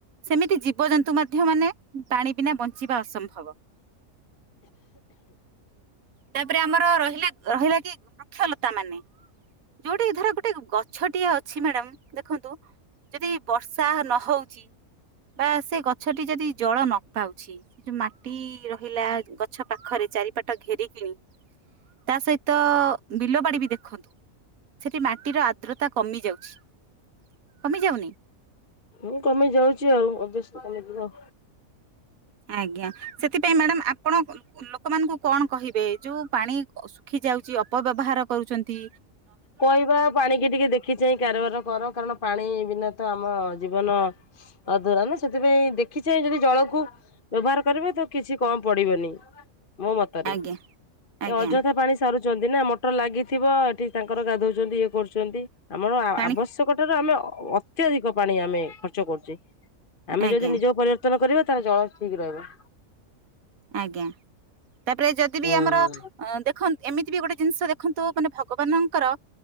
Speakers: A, on the right; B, on the left.
A: ସେମିତି ଜୀବଜନ୍ତୁ ମଧ୍ୟ ମାନେ ପାଣି ବିନା ବଞ୍ଚିବା ଅସମ୍ଭବ। ତାପରେ ଆମର ରହିଲା ରହିଲା କି ବୃକ୍ଷଲତା ମାନେ ଯୋଉଠି ଧର ଗୋଟ ଗୋଟେ ଗଛଟିଏ ଅଛି ମ୍ୟାଡାମ୍ ଦେଖନ୍ତୁ ଯଦି ବର୍ଷା ନହଉଚି ବା ସେ ଗଛଟି ଯଦି ଜଳ ନ ପାଉଛି। ସେ ଯୋଉ ମାଟି ରହିଲା ଗଛ ପାଖରେ ଚାରିପାଟ ଘେରି କି ତା ସହିତ ବିଲ ବାଡି ବି ଦେଖନ୍ତୁ ସେଠି ମାଟିର ଆର୍ଦ୍ରତା କମି ଯାଉଛି, କମି ଯାଉନି?
B: ଉଁ କମି ଯାଉଚି ଆଉ ଅବ୍ୟସ୍ଲି କମି ଯିବ।
A: ଆଜ୍ଞା ସେଥିପାଇଁ ମ୍ୟାଡ଼ାମ୍ ଆପଣ ଲୋକମାନଙ୍କୁ କଣ କହିବେ ଯୋଉ ପାଣି ଶୁଖି ଯାଉଚି ଅପବ୍ୟବହାର କରୁଚନ୍ତି?
B: କଇବା ପାଣିିକି ଟିକେ ଦେଖି ଚାଇଁ କାରବାର କର କାରଣ ପାଣି ବିନା ତ ଆମ ଜୀବନ ଅଧୁରା ନା ସେଥିପାଇଁ ଦେଖି ଚାଇଁ ଯଦି ଜଳକୁ ବ୍ୟବହାର କରିବେ ତ କିଛି କମ ପଡିବନି। ମୋ ମତରେ
A: ଆଜ୍ଞା ଆଜ୍ଞା
B: ଏ ଅଯଥା ପାଣି ସାରୁଚନ୍ତି ନା ମଟର ଲାଗିଥିବ ଏଠି ତାଙ୍କର ଗାଧୋଉଚନ୍ତି ଇଏ କରୁଚନ୍ତି ଆମର ଆ
A: ପାଣି
B: ଆବଶ୍ୟ ଆବଶ୍ୟକ ଠାରୁ ଆମେ ଅ ଅତ୍ୟଧିକ ପାଣି ଆମେ ଖର୍ଚ୍ଚ କରୁଚେ ଆମେ
A: ଆଜ୍ଞା
B: ଯଦି ନିଜ ଉପରେ ଆୟତ୍ତନ କରିବା ତାହେଲେ ଜଳ ଠିକ୍ ରହିବ।
A: ଆଜ୍ଞା ତାପରେ ଯଦି
B: ହୁଁ
A: ବି ଆମର
B: ହୁଁ।
A: ଅଁ ଦେଖ୍ ଦେଖନ୍ ଏମିତି ବି ଗୋଟେ ଜିନିଷ ଦେଖନ୍ତୁ ମାନେ ଭଗବାନଙ୍କର